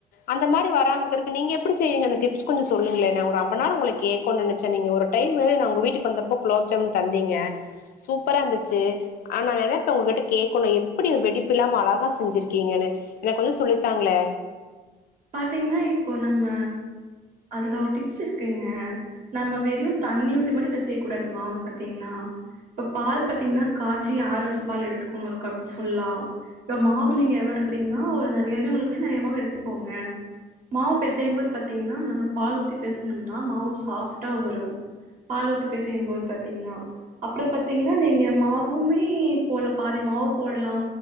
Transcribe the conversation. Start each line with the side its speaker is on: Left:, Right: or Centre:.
Left: அந்த மாரி வராம இருக்குறக்கு நீங்க எப்டி செய்வீங்க அந்த டிப்ஸ் கொஞ்சோ சொல்லுங்களே நா ஒரு ரொம்ப நாள் உங்கள கேக்கனு நெனச்சே நீங்க ஒரு டைமு நா உங்க வீட்டுக்கு வந்தப்போ குலாப்ஜாமுன் தந்தீங்க சூப்பரா இருந்துச்சி ஆனா நா நெனப்பே உங்க கிட்ட கேட்கணு எப்டி வெடிப்பில்லாம அழகா செஞ்சிருக்கீங்கன்னு, எனக்கு கொஞ்சோ சொல்லித்தாங்களே
Right: பாத்தீங்கன்னா இப்போ நம்ம அதுல ஒரு டிப்ஸ் இருக்குங்க நம்ம வெறு தண்ணி ஊத்தி மட்டு பெசைய கூடாது மாவ பாத்தீங்கன்னா இப்ப பால் பாத்தீங்கன்னா காச்சி ஆற வச்ச பால் எடுத்துக்ணு ஒரு கப்பு ஃபுல்லா, இப்ப மாவ நீங்க எவ்ளோ எடுக்றீங்கன்னா ஒரு நெறையவே உங்ளுகளுக்கு வேணுன்னா நெறைய மாவு எடுத்துக் கோங்க மாவு பெசையும் போது பாத்தீங்கன்னா, நா பால் ஊத்தி பெசஞ்சனா மாவு சாஃப்டா வரு பால் ஊத்தி பெசையும் போது பாத்தீங்கன்னா, அப்றம் பாத்தீங்கன்னா நீங்க மாவுமே போல பாதி மாவு போடலா